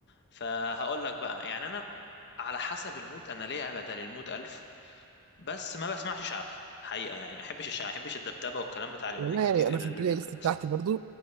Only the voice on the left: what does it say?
فهقول لك بقى يعني انا على حسب المود انا ليا بدل المود 1000 بس ما بسمعش شعبي حقيقة يعني ما بحبش الشعبي ما بحبش الدبدبة والكلام بتاع اليومين
الجديد
ال-
القصة